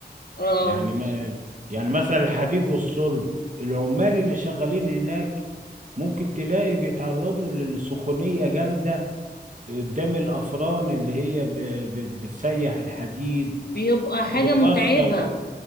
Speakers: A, on the left; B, on the right.
A: اه
B: يعني ما يعني مثلا الحديد والصلب العمال اللي شغالين هناك ممكن تلاقي بيتعرضوا للسخونية جامدة قدام الأفران اللي هي ب- ب- بتسيح الحديد
A: بيبقى حاجة
B: فبتأثر
A: متعبة